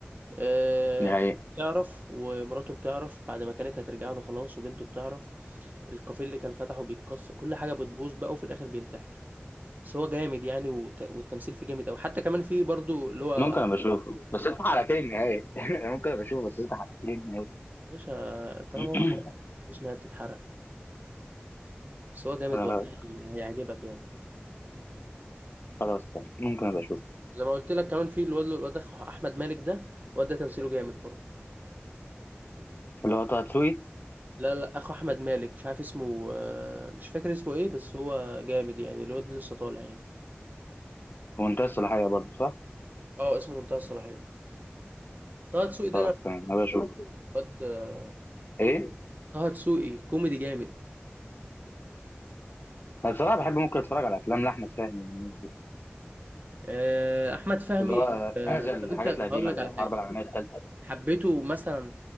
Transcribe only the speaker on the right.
آه،
بتعرف ومراته بتعرف بعد ما كانت هترجع له خلاص وبنته بتعرف الكافيه اللي كان فتحه بيتكسر كل حاجة بتبوظ بقى وفي الاخر بينتحر بس هو جامد يعني والت- والتمثيل فيه جامد أوي حتى كمان فيه برضو اللي هو
يا باشا طالما
هو حلو مفيش نهاية بتتحرق بس هو جامد
والله هي- هيعجبك يعني
زي ما قلت لك كمان في الواد الواد اخو احمد مالك ده الواد ده تمثيله جامد برضه
لا لا اخو احمد مالك مش عارف اسمه آه، مش فاكر اسمه ايه بس هو جامد يعني الواد لسه طالع يعني
اه اسمه منتهى الصلاحيه طه دسوقي ده
انا
الواد آه،
طه دسوقي كوميدي جامد
آه، احمد فهمي
آه،
طب انت هقول
لك
على
حاجه
حبيته مثلا